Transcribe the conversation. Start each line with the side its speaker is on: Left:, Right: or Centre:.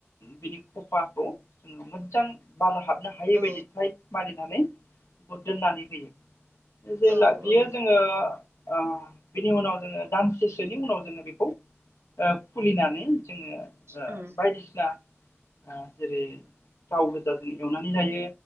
Left: बिनि खफा बेखौ जोङो मोजां बार हाबनो हायै
Right: औ
Left: बायदि थायेद मारि नानै बेखौ दोननानै होयो। जेब्ला
Right: औ
Left: बियो जोङो ओ बिनि उनाव जोङो दान सेसोनि उनाव जोङो बेखौ खुलिनानै जोङो ओ
Right: उम
Left: बायदिसिना ओ जेरै थाव गोजाजों एवनानै जायो।